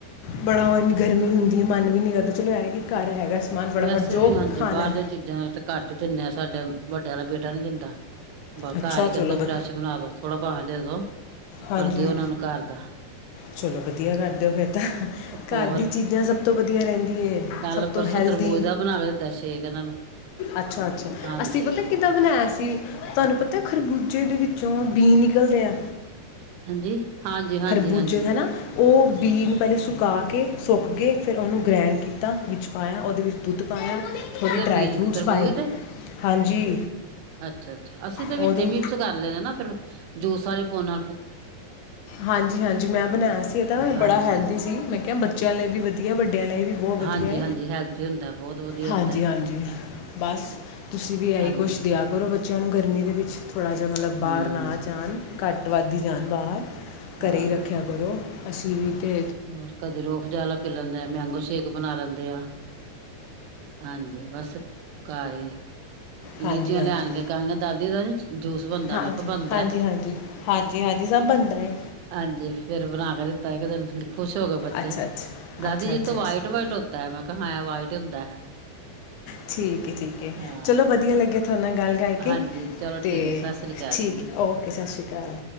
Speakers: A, on the left; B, on the right.
A: ਬੜਾ ੳਹ ਏਨੀ ਗਰਮੀ ਹੁੰਦੀ ਏ, ਮਨ ਵੀ ਨਹੀਂੀ ਕਰਦਾ ਚਲੋ ਐ ਕਿ ਘਰ ਹੈਗਾ ਸਮਾਨ। ਫਟਾਫਟ
B: ਵੈਸੇ
A: ਜੋ
B: ਵੀ ਹਾਂਜੀ
A: ਖਾਣਾ
B: ਬਾਹਰ ਦੀਆਂ ਚੀਜ਼ਾਂ ਤਾਂ ਘੱਟ ਹੀ ਦਿੰਨੇ ਆਾਂ, ਸਾਡੇ ਵੱਡੇ ਵਾਲਾ ਬੇਟਾ ਨੀ ਦਿੰਦਾ।
A: ਅੱਛਾ
B: ਘਰ ਹੀ
A: ਚਲੋ
B: ਕਹਿੰਦਾ
A: ਵਧ
B: ਫਰੈਸ਼ ਬਣਾ ਦੋ ਥੋੜਾ ਭਾਵੇਂ ਦੇ ਦੋ,
A: ਹਾਂਜੀ
B: ਪਰ ਦਿਓ ਉਹਨਾਂ ਨੂੰ ਘਰ ਦਾ।
A: ਚਲੋ ਵਧੀਆ ਕਰ ਦਿਓ ਫਿਰ ਤਾਂ, ਘਰ
B: ਹੋਰ
A: ਦੀ ਚੀਜ਼ਾਂ ਸਭ ਤੋਂ ਵਧੀਆ ਰਹਿੰਦੀ ਏ।
B: ਕੱਲ
A: ਸਭ ਤੋਂ
B: ਪਰਸੋਂ
A: ਹੈਲਦੀ
B: ਤਰਬੂਜ ਦਾ ਬਣਾ ਕੇ ਦਿੱਤਾ ਸ਼ੇਕ ਇਹਨਾਂ ਨੂੰ
A: ਅੱਛਾ, ਅੱਛਾ
B: ਹਾਂਜੀ
A: ਅਸੀ ਪਤਾ ਕਿ ਦਾ ਬਣਾਇਆ ਸੀ ਤੁਹਾਨੂੰ ਪਤਾ ਖਰਬੂਜੇ ਦੇ ਵਿੱਚੋਂ ਬੀ ਨਿਕਲਦੇ ਆ।
B: ਹਾਂਜੀ, ਹਾਂਜੀ, ਹਾਂਜੀ,
A: ਖਰਬੂਜੇ
B: ਹਾਂਜੀ।
A: ਹੈ ਨਾ ਉਹ ਬੀ ਨੂੰ ਪਹਿਲੇ ਸੁਕਾ ਕੇ ਸੁੱਕ ਗਏ ਫਿਰ ਉਹਨੂੰ ਗ੍ਰੈਂਡ ਕੀਤਾ ਵਿੱਚ ਪਾਇਆ ਉਹਦੇ ਵਿੱਚ ਦੁੱਧ ਪਾਇਆ ਥੋੜ੍ਹੇ
B: ਕਿਤੇ
A: ਡਰਾਈ
B: ਬੀਜ
A: ਫਰੂਟਸ
B: ਤਰਬੋਜ
A: ਪਾਏ
B: ਦੇ
A: ਹਾਂਜੀ
B: ਅੱਛਾ, ਅੱਛਾ ਅਸੀਂ ਤੇ ਵਿੱਚ
A: ਉਦੋਂ
B: ਮਿਕਸ ਕਰ ਲੈਨੇ ਨਾ ਫੇਿਰ ਜੂਸ ਵਾਲੇ ਪੋਨਿ
A: ਹਾਂਜੀ -ਹਾਂਜੀ ਮੈਂ ਬਣਾਇਆ ਸੀ ਇਹਦਾ
B: ਹਾਂਜੀ,
A: ਬੜਾ ਹੈਲਦੀ ਸੀ ਮੈਂ ਕ ਬੱਚਿਆਂ ਲਈ ਵੀ ਵਧੀਆ ਵੱਡਿਆਂ ਲਈ ਵੀ ਬਹੁਤ ਵਧੀਆ
B: ਹਾਂਜੀ-ਹਾਂਜੀ ਹੈਲਥੀ ਹੁੰਦਾ ਬਹੁਤ ਵਧੀਆ
A: ਹਾਂਜੀ-
B: ਹੁੰਦਾ
A: ਹਾਂਜੀ। ਬਸ ਤੁਸੀਂ ਵੀ ਇਹੀ
B: ਹਾਂਜੀ
A: ਕੁਛ ਦਿਆ ਦੇੳ ਬੱਚਿਆਂ ਨੂੰ ਗਰਮੀ ਦੇ ਵਿੱਚ ਥੋੜ੍ਹਾ ਜਿਹਾ, ਮਤਲਬ ਬਾਹਰ
B: ਹੂੰ
A: ਨਾ ਜਾਣ ਘੱਟ ਵੱਧ ਹੀ ਜਾਣ ਬਾਹਰ।
B: ਹਾਂ
A: ਘਰੇ ਹੀ ਰੱਖਿਆ ਕਰੁਰੋ ਅਸੀਂ ਵੀਤੇ
B: ਹੋਰ ਕਦੇ ਰੂਹ ਅਫਜਾ ਵਾਲਾ ਪੀ ਲੈਂਦੇ ਆ ਮੈਂਗੋ ਸ਼ੇਕ ਬਣਾ ਲੈਂਦੇ ਆ। ਹਾਂਜੀ, ਬਸ ਘਰ ਹੀ। ਲੀਚੀਆਂ
A: ਹਾਂਜੀ ਹਾਂਜੀ
B: ਲੈ ਆਣਗੇ ਕਹਾਂਗੇ ਦਾਦੀ ਦਾ ਨੀ ਜੂਸ ਬਣਦਾ
A: ਹਾਂਜੀ
B: ਮੈਂ ਕਿਹਾ ਬਣਦਾ।
A: ਹਾਂਜੀ ਹਾਂਜੀ ਹਾਂਜੀ- ਹਾਂਜੀ ਸਭ ਬਣਦਾ ਏ।
B: ਹਾਂਜੀ, ਫੇਰ ਬਣਾ ਕੇ ਦਿੱਤਾ ਇੱਕ ਦਿਨ ਖੁਸ਼ ਹੋ ਗਏ ਬੱਚੇ
A: ਅੱਛਾ ਅੱਛਾ
B: ਦਾਦੀ
A: ਅੱਛਾ
B: ਜੀ
A: ਅੱਛਾ
B: ਇਹ ਤੇ
A: ਅੱਛਾ
B: ਵਾਈਟ ਵਾਈਟ ਹੋਤਾ ਹੈ ਮੈਂ ਕਿਹਾ ਹੈ ਵਾਈਟ ਹੀ ਹੁੰਦਾ।
A: ਠੀਕ ਏ -ਠੀਕ ਏ
B: ਹਾਂ
A: ਚਲੋ ਵਧੀਆ ਲੱਗਿਆ ਤੁਹਾਡੇ ਨਾਲ ਗੱਲ ਕਰਕੇ
B: ਹਾਂਜੀ ਚਲੋ
A: ਤੇ
B: ਠੀਕ ਹੈ ਸਤਿ ਸ੍ਰੀ ਅਕਾਲ
A: ਠੀਕ
B: ਜੀ
A: ਏ ਓਕੇ ਸਤਿ ਸ਼੍ਰੀ ਅਕਾਲ।